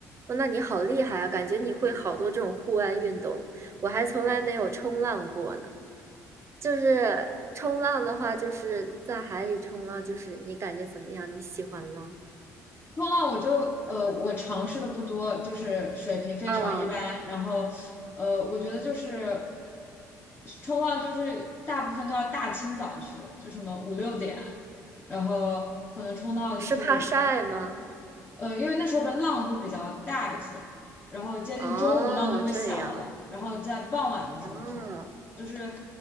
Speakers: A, on the right; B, on the left.
A: 哦，那你好厉害啊！感觉你会好多这种户外运动，我还从来没有冲浪过呢。就是冲浪的话，就是在海里冲浪，就是你感觉怎么样？你喜欢吗？
B: 冲浪我就呃，我尝试的不多，就是水平非常一般。
A: 嗯，
B: 然后呃，我觉得就是冲浪，就是大部分都要大清早去，就什么五六点，然后可能冲到就是
A: 是怕晒吗？
B: 呃，因为那时候的浪会比较大一些，然后接近中午浪就会小了，
A: 哦，这样，
B: 然后在傍晚的时候冲，
A: 哦
B: 就是